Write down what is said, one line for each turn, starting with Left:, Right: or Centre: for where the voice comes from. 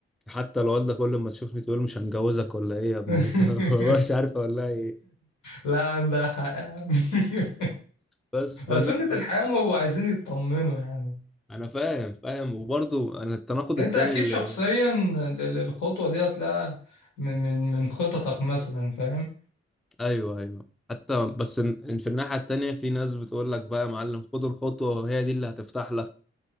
Centre: حتى الوالدة كل ما تشوفني تقول مش هنجوزك ولا ايه يا ابني
Left: <laughs>
Centre: <laughs> فمبقاش عارف اقول لها ايه
Left: لا عندها حق يا عم <laughs>
Centre: بس فنثبت
Left: سنة الحياة ما هو عايزين يطمنوا يعني
Centre: انا فاهم فاهم وبرضو انا التناقض
Left: انت
Centre: التاني
Left: اكيد
Centre: اللي
Left: شخصيا ال- ال- الخطوة دي هتلاقيها من من من خططك مثلا فاهم
Centre: ايوه ايوه حتى بس إن- إن في الناحية التانية في ناس بتقول لك بقى يا معلم خد الخطوة وهي دي اللي هتفتح لك